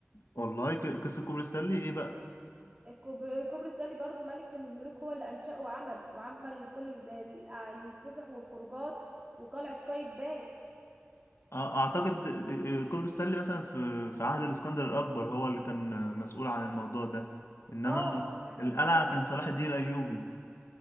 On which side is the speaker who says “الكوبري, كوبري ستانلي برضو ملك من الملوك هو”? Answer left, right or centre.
Right